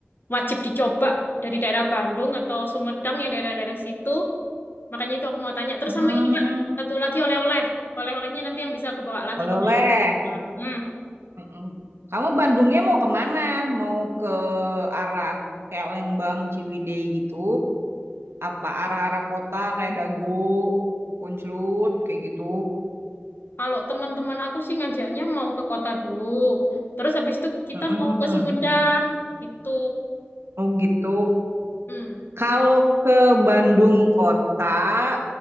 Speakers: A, on the left; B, on the right.
A: wajib dicoba dari daerah Bandung atau Sumedang yang daerah-daerah situ. Makanya itu aku mau tanya. Terus
B: Mm-mm.
A: sama ini Kak, satu lagi oleh-oleh. Oleh-olehnya nanti yang bisa aku bawa lagi
B: Oleh-oleh.
A: kemana. Hmm.
B: Mm-mm. Kamu Bandungnya mau kemana? Mau ke arah kayak Lembang, Ciwidey gitu? Apa arah-arah kota kayak Dago, Punclut, kayak gitu?
A: Kalau teman-teman aku sih ngajaknya mau ke kota dulu. Terus habis itu kita
B: Mm-mm.
A: mau ke Sumedang gitu.
B: Oh gitu.
A: Hmm.
B: Kalau ke Bandung kota,